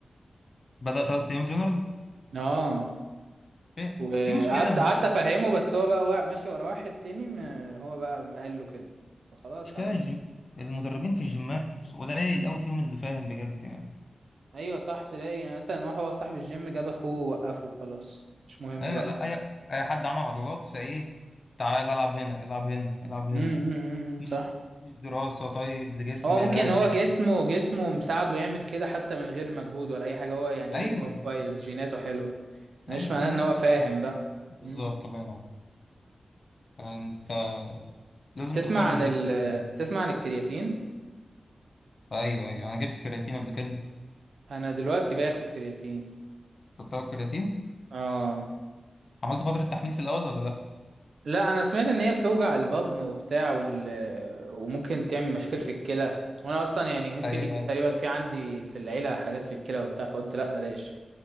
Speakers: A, on the left; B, on the right.
A: بدأ تلات ايام جنرال
B: اه
A: في
B: وقعدت
A: في مشكله
B: قعدت افهمه بس هو بقى وا- ماشي ورا واحد تاني ما هو بقى قال له كده فخلاص
A: مشكله
B: هعمل
A: الجم...
B: له إيه؟
A: المدربين في الجيمات قليل قوي فيهم اللي فاهم بجد يعني
B: ايوه صح تلاقي يعني مثلا واحد هو صاحب الجيم جاب اخوه ووقفه خلاص مش مهم
A: ايه
B: بقى
A: لا اي اي حد عمل عضلات فايه تعال العب هنا العب هنا العب هنا
B: امم
A: مفيش
B: صح
A: مفيش دراسه طيب لجسم
B: هو ممكن
A: ده
B: هو جسمه جسمه مساعده يعمل كده حتى من غير مجهود ولا اي حاجه هو يعني
A: ايوه
B: جسمه كويس جيناته حلوه مش
A: ايوه
B: معناه
A: في ناس
B: ان هو فاهم بقى
A: بالظبط
B: مم.
A: الله ينور انت لازم
B: تسمع
A: تختار
B: عن
A: المدرب
B: ال
A: بتاعك.
B: تسمع عن الكرياتين
A: ايوه ايوه انا جبت كرياتين قبل كده
B: انا دلوقتي باخد كرياتين
A: كنت بتاخد كرياتين
B: اه
A: عملت فتره تحميل في الاول ولا لا
B: لا انا سمعت ان هي بتوجع البطن وبتاع وال... وممكن تعمل مشاكل في الكلى وانا اصلا يعني ممكن
A: ايوه
B: يكون تقريبا في عندي في العيله حاجات في الكلى وبتاع فقلت لا بلاش